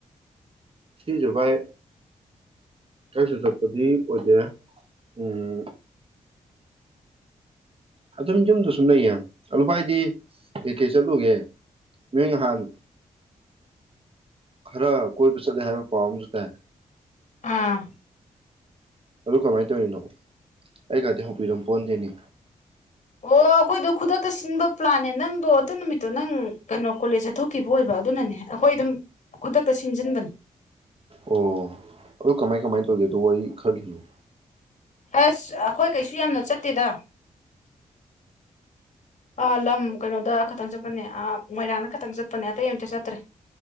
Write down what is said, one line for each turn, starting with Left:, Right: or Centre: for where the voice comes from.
Right: ꯁꯤꯁꯨ ꯚꯥꯏ ꯀꯔꯤꯁꯨ ꯆꯠꯄꯗꯤ ꯑꯣꯏꯗꯦꯔꯦ ꯎꯝ ꯑꯗꯨꯝ ꯌꯨꯝꯗ ꯁꯨꯝ ꯂꯩꯌꯦ ꯕꯥꯏꯗꯤ ꯀꯦ ꯀꯦ ꯆꯠꯂꯨꯒꯦ ꯅꯣꯏ ꯅꯍꯥꯜ ꯈꯔ ꯀꯣꯏꯕ ꯆꯠꯂꯦ ꯍꯥꯏꯕ ꯄꯥꯎ ꯑꯃꯁꯁꯨ ꯇꯥꯏ
Left: ꯑꯥ
Right: ꯑꯗꯨ ꯀꯃꯥꯏꯅ ꯇꯧꯔꯤꯅꯣ ꯑꯩ ꯀꯗꯤ ꯍꯧꯕꯤꯔꯝ ꯄꯣꯟꯗꯦꯅꯦ
Left: ꯑꯣ ꯑꯩꯈꯣꯏꯗꯣ ꯈꯨꯗꯛꯇ ꯁꯤꯟꯕ ꯄ꯭ꯂꯥꯟꯅꯦ ꯅꯪꯗꯣ ꯑꯗꯨ ꯅꯨꯃꯤꯠꯇꯣ ꯅꯪ ꯀꯩꯅꯣ ꯀꯣꯂꯦꯖ ꯆꯠꯊꯣꯛꯈꯤꯕ ꯑꯣꯏꯕ ꯑꯗꯨꯅꯅꯦ ꯑꯩꯈꯣꯏ ꯑꯗꯨꯝ ꯈꯨꯗꯛꯇ ꯁꯤꯟꯁꯤꯟꯕꯅꯦ
Right: ꯑꯣ ꯑꯗꯨ ꯀꯃꯥꯏ ꯀꯃꯥꯏ ꯇꯧꯒꯦꯗꯣ ꯋꯥꯔꯤ ꯈꯔ ꯂꯤꯌꯣ
Left: ꯑꯁ ꯑꯩꯈꯣꯏ ꯀꯩꯁꯨ ꯌꯥꯝꯅ ꯆꯠꯇꯦꯗ ꯑꯥ ꯂꯝ ꯀꯩꯅꯣꯗ ꯈꯇꯪ ꯆꯠꯄꯅꯦ ꯑꯥ ꯃꯣꯏꯔꯥꯡꯗ ꯈꯇꯪ ꯆꯠꯄꯅꯦ ꯑꯇꯩ ꯑꯨꯇ ꯆꯠꯇ꯭ꯔꯦ